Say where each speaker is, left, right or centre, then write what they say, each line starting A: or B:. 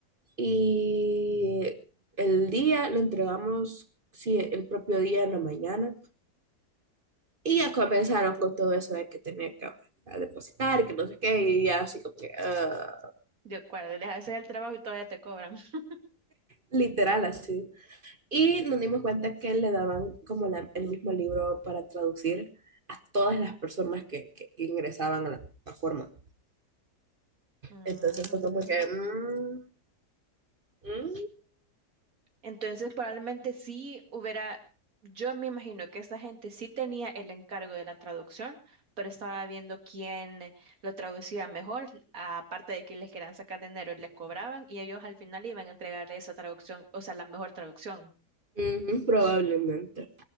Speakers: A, on the right; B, on the right.
A: y el día lo entregamos, sí, el propio día en la mañana. Y ya comenzaron con todo eso de que tenía que a depositar y que no sé qué, y ya así como que, ah,
B: De acuerdo, les haces el trabajo y todavía te cobran. <laughs>
A: literal así. Y nos dimos cuenta que le daban como la- el mismo libro para traducir a todas las personas que, que- que ingresaban a la plataforma.
B: Mm,
A: Entonces fue como que, mm, mm,
B: Entonces, probablemente sí hubiera, yo me imagino que esta gente sí tenía el encargo de la traducción, pero estaba viendo quién lo traducía mejor, aparte de que les querían sacar dinero, le cobraban y ellos al final iban a entregarle esa traducción, o sea, la mejor traducción.
A: ujú, probablemente,